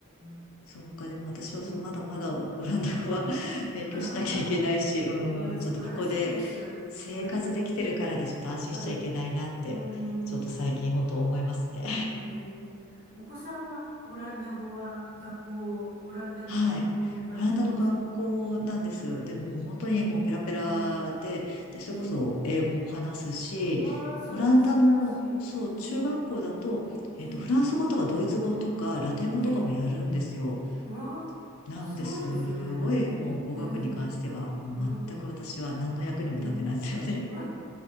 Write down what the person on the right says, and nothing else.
う
ーん。
ああ、
いや、素晴らしいです。
はい、はい。うーん、
えー、お子さんはオランダ語は学校、オランダの学校に行かれてるんですか
うん、
えー、うわあ、それは素晴らしい。
うん、
えー、
えー、うわあ、
すごいですね。
えー、
うん、えー、うわ